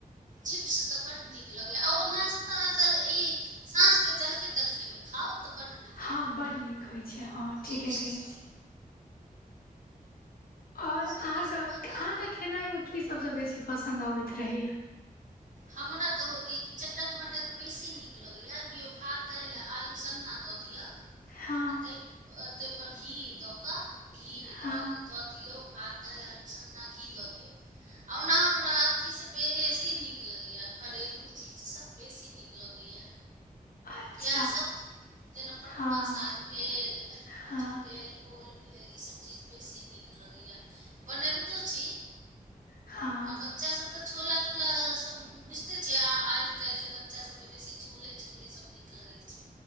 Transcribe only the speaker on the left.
हँ
बड नीक होइ छै हँ
ठीके
कहै छी। आओर अहाँके
अहाँके
खेनाइमे की सभसँ बेसी पसन्द अबैत रहैया।
हँ
हँ
अच्छा
हँ
हँ
हँ